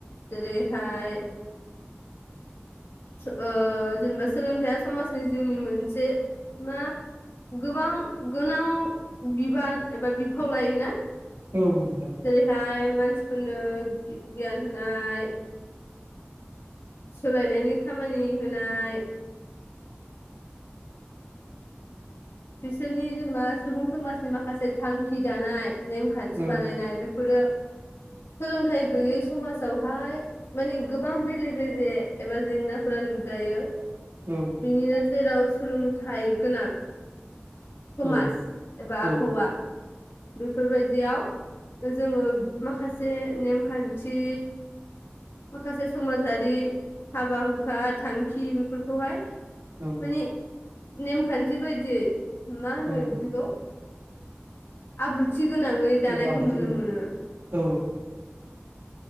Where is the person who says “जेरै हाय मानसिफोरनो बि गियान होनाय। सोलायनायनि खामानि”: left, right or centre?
Left